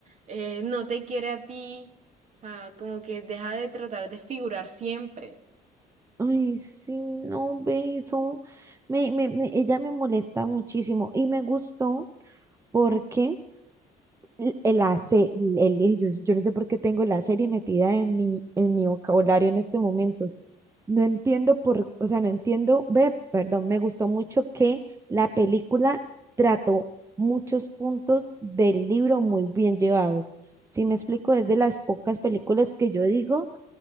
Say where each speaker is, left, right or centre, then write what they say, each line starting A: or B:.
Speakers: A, on the right; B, on the right.
A: eh, no te quiere a ti, o sea, como que deja de tratar de figurar siempre.
B: Ay, sí, no, ve eso. Me, me, me- ella me molesta muchísimo y me gustó porque l- la se- el- yo, yo no sé por qué tengo la serie metida en mi, en mi vocabulario en estos momentos. No entiendo por, o sea, no entiendo, ve, perdón, me gustó mucho que la película trató muchos puntos del libro muy bien llevados. Si me explico, es de las pocas películas que yo digo